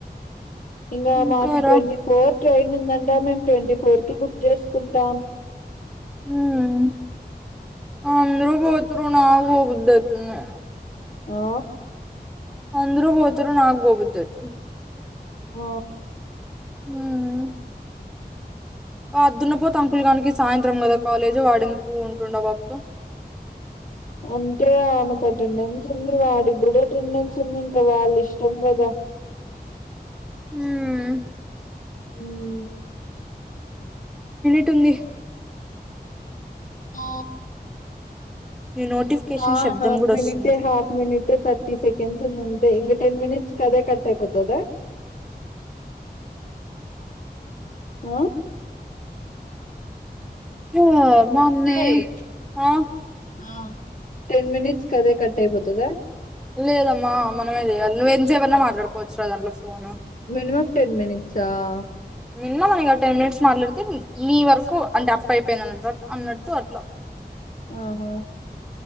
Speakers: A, on the left; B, in the centre.
A: ఇంగా
B: ఇంకా
A: మాకి
B: రా
A: ట్వంటీ ఫోర్ ట్రైన్ ఉందంటా మేము ట్వంటీ ఫోర్ కి బుక్ చేసుకుంటాను
B: హ్మ్ అందరు పోతుర్రు నాక్ పోబుద్దైతుంది
A: ఆ
B: అందరు పోతుర్రు నాక్ పోబుద్దైతుంది
A: ఆ
B: హ్మ్ ఆ దున్నపోతు అంకుల్ గానికి సాయంత్రం కదా కాలేజ్ వాడేందుకుంటుండు ఆ పాప తో
A: అంటే ఆమెకు అటెండెన్స్ ఉంది వాడికి కూడా అటెండెన్స్ ఉంది వాళ్ల ఇష్టం కదా
B: ఉమ్
A: ఉమ్
B: ట్టుంది
A: ఆ
B: ఈ నోటిఫికేషన్
A: హ
B: శబ్దం
A: హాఫ్
B: కూడా
A: మినిట్
B: వస్తుంది
A: హాఫ్ మినిట్ త థర్టీ సెకండ్స్ ఉంది అంతే ఇంకా టెన్ మినిట్స్ కి అదే కట్ ఐపోతద ఆ
B: హా మమ్మీ
A: ఒసేయ్!
B: ఆ
A: ఆ టెన్ మినిట్స్ కి అదే కా ట్ అయిపోతద
B: లేదమ్మా మనమే చేయాలి నువ్ ఎంస్పైన మాట్లాడుకోవచ్చు రా దాంట్లో ఫోన్
A: మనిమం టెన్ మినట్సా ఆ
B: మినిమం ఇగ టెన్ మినిట్స్ మాట్లాడితే మీీ వర్క్ అంటే అప్పు అయిపోయింది అన్నట్ అన్నట్టు అట్లా
A: ఆహా